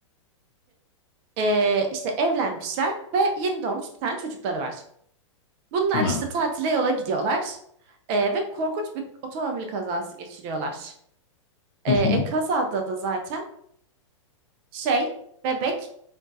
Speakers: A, on the right (about 40°); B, on the left (about 40°).
A: Ee, işte evlenmişler ve yeni doğmuş bir tane çocukları var. Bunlar
B: tamam.
A: işte tatile yola gidiyorlar Ee, ve korkunç bir otomobil kazası geçiriyorlar. Ee,
B: Hı
A: e,
B: hı,
A: kazada da zaten şey bebek